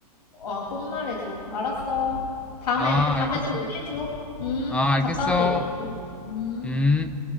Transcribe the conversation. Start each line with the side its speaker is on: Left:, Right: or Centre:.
Left: 아, 꼭 말해줘. 알았어. 다음에,
Centre: 아,
Left: 다음에
Centre: 알겠어.
Left: 또 얘기해줘. 음,
Centre: 아, 알겠어.
Left: 갔다 와서 얘기해줘. 음.
Centre: 음.